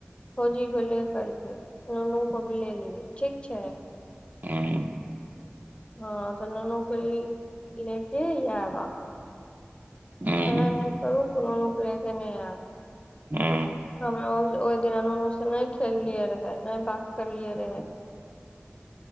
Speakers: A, on the left; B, on the right.
A: भौजी को ले करके, नोनूं को भी लेय लिए। ठीक छै।
B: ह्म्म।
A: हाँ त नुनु को ल - लेके इंहां आयबा। ऐहन
B: हँ हँ
A: नै करू, के नुनु को ले के नेय आयेब।
B: ह्म्म।
A: हमरा ओह से, ओह दिना नुनु से ने खेललिये रहे, नै बात करलिये रहे।